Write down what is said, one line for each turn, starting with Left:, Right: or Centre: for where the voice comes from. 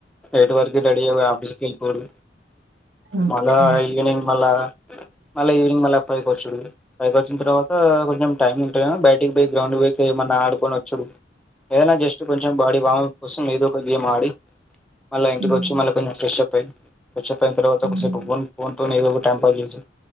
Centre: ఎయిటు వరకు రెడీ అయి ఆఫీస్కి వెళ్ళిపోవుడు
Right: ఓకే.
Centre: మళ ఈవ్నింగ్ మళ్ల మళ్ళ ఈవ్నింగ్ మల పొయ్ వచ్చుడు పైకి వచ్చిన తర్వాత కొంచెం టైమ్ ఉంటేనేమో బయటికి పోయి గ్రౌండ్ పోయి ఏమన్నా ఆడుకొని వచ్చుడు ఏదనా జస్ట్ కొంచెం బాడి వమప్ కోసం ఏదోక గేమాడి మళ్ళ ఇంటికి
Right: హ్మ్.
Centre: వచ్చి మళ్ళ కొంచెం ఫ్రెష్ అప్ పొయ్ ఫ్రెష్ అప్ అయిన తర్వాత
Right: హ్మ్.
Centre: కొద్దీసేపు ఫోన్ ఫోన్తోటి ఏదో ఒకటి టైం పాస్ చేసి